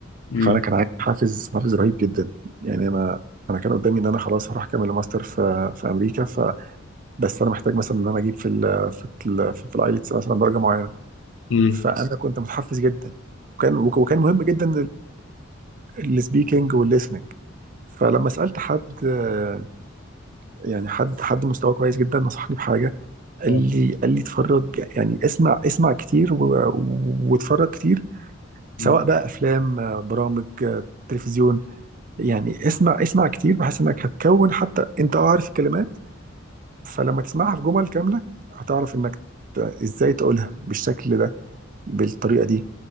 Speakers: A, on the left; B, on the right.
A: مم.
B: فانا كان عندي حافز حافز رهيب جدا يعني انا انا كان قدامي ان انا خلاص هروح اكمل الماستر في في امريكا ف بس انا محتاج مثلا ان انا اجيب في ال في ال في, في الايلتس مثلا درجه معينه
A: امم
B: فانا كنت متحفز جدا وكان وك- وكان مهم جدا السبيكنج والليسننج فلما سالت حد آه، يعني حد حد مستواه كويس جدا نصحني بحاجه قال
A: اه.
B: لي قال لي اتفرج يعني اسمع اسمع كتير و- واتفرج كتير
A: مم.
B: سواء بقى افلام آه، برامج آه، تلفزيون يعني اسمع اسمع كتير بحيث انك هتكون حتى انت اه عارف الكلمات فلما تسمعها في جمل كامله هتعرف انك ت- ازاي تقولها بالشكل ده بالطريقه دي